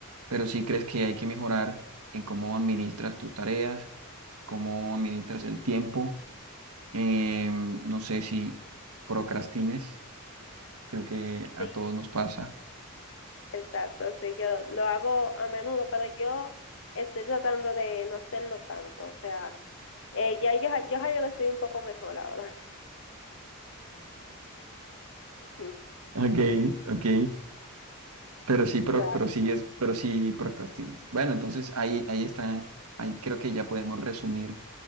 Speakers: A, on the right; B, on the left.
A: pero sí crees que hay que mejorar en cómo administras tus tareas, cómo administras el tiempo. eh, no sé si procrastines, creo que a
B: Sí,
A: todos nos pasa.
B: exacto. Sí, yo lo hago a menudo, pero yo estoy tratando de no hacerlo tanto. O sea, eh, ya yo, yo, yo lo estoy un poco mejor ahora. <laughs>
A: Ok, ok. Pero sí, pro-
B: Claro,
A: pero, sigues, pero sí procrastinas. Bueno, entonces ahí, ahí está, ahí creo que ya podemos resumir